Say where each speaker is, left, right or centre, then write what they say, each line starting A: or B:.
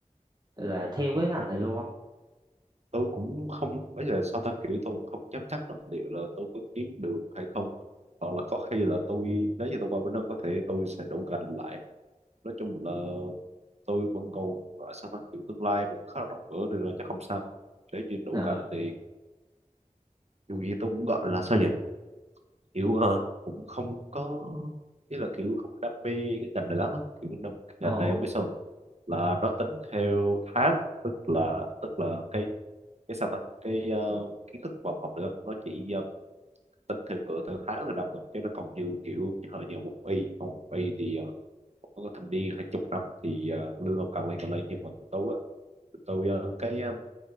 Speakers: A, on the right (about 30°); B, on the right (about 55°).
A: là theo cái ngành này luôn không?
B: tôi cũng không bây giờ sao ta kiểu tôi cũng không dám chắc lắm liệu là tôi có kiếm được hay không hoặc là có khi là tôi nếu như tôi qua bên đó có thể tôi sẽ đổ gành lại nói chung là tôi vẫn còn gọi sao ta kiểu tương lai vẫn khá là rộng mở nên là chắc không sao nếu như đủ
A: Ờ
B: cảnh thì dù gì tôi cũng gọi là sao nhỉ kiểu ờ, cũng không có ý là kiểu không đam mê cái ngành này lắm á kiểu đam, cái ngành
A: ồ
B: này không biết sao là nó tính theo tháng tức là tức là cái cái sao ta cái ờ, kiến thức mà ông học được á, nó chỉ ờ, tính theo cỡ theo tháng là đọc thôi chứ nó còn như kiểu hơi nhiều một y không một y thì ờ, có thâm niên hai chục năm thì ờ, lương ông càng lên càng lên nhưng mà tôi á tôi ờ, cái ờ,